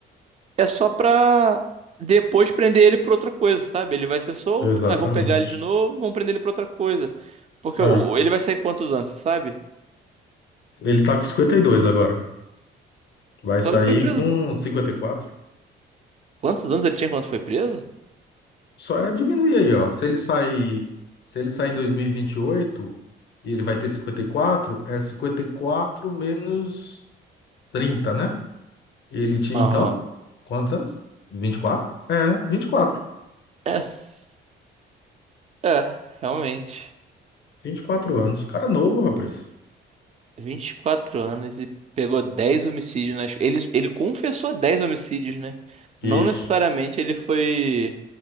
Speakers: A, on the right (about 35°); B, on the left (about 60°).
A: é só pra depois prender ele por outra coisa, sabe? Ele vai ser solto,
B: Exatamente.
A: aí vão pegar ele de novo e vão prender ele por outra coisa. Porque
B: Ah,
A: o- ele vai sair quantos anos, você sabe?
B: ele tá com 52 agora. Vai
A: Então
B: sair
A: ele foi preso.
B: com 54.
A: Quantos anos ele tinha quando foi preso?
B: Só é diminuir aí, ó. Se ele sair, se ele sair em dois mil e vinte e oito, e ele vai ter 54. é 54 menos 30, né? Ele tinha
A: Aham.
B: então quantos anos? vinte e quatro. É, né? vinte e quatro
A: É, s- é, realmente.
B: vinte e quatro anos. Cara novo, rapaz.
A: vinte e quatro anos e pegou 10 homicídios nas. Ele, ele confessou 10 homicídios, né?
B: Isso.
A: Não necessariamente ele foi.